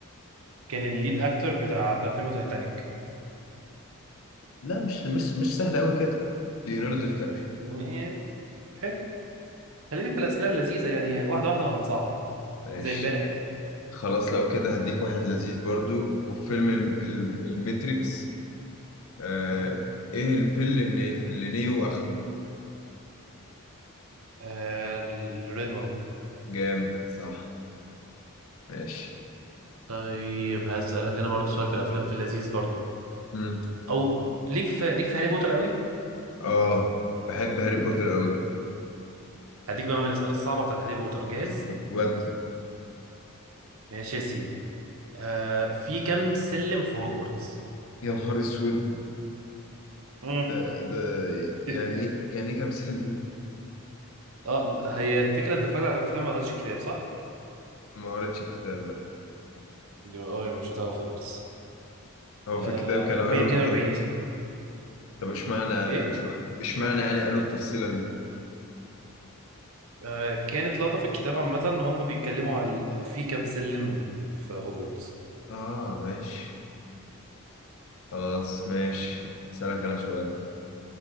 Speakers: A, on the right; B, on the left.
A: كان الليد اكتر بتاع بتاع فيلم تايتانيك
B: لا مش مش مش سهل أوي كده ليوناردو دي كابريو
A: م- إيه، حلو خلينا في الأسئلة اللذيذة يعني واحدة واحدة وهنصعب
B: ماشي
A: زي امبارح كده
B: خلاص لو كده هديك واحد لذيذ برضو وفيلم ال- ال- الماتريكس آه
A: مهم.
B: ايه البيل اللي اللي نيو اخده
A: آه الريد وان
B: جامد صح ماشي
A: طيب هسألك أنا برضو سؤال في الأفلام في اللذيذ برضو
B: مم.
A: أو ليك في ليك في هاري بوتر قوي
B: اه بحب هاري بوتر قوي
A: هديك بقى من الأسئلة الصعبة بتاعت هاري بوتر جاهز
B: ودي
A: ماشي يا سيدي آه في كام سلم في هوجورتس
B: يا نهار اسود
A: مم.
B: ده ده
A: <laughs>
B: يعني ايه يعني ايه كمثيل <laughs>
A: اه هي الفكرة أنت اتفرجت على الأفلام ما قريتش الكتاب صح؟
B: ما قريتش الكتاب لا
A: اللي هو اه يبقى مش هتعرف خالص
B: هو
A: آه
B: في الكتاب كانوا
A: 142
B: قالوا طب
A: يا سيدي
B: طب اشمعنى
A: إيه؟
B: اشمع- اشمعنى يعني قالوا التفصيلة دي
A: آه، كانت لقطة في الكتاب عامة إن هم بيتكلموا على في كام سلم في هوجورتس
B: اه ماشي خلاص ماشي هسألك انا سؤال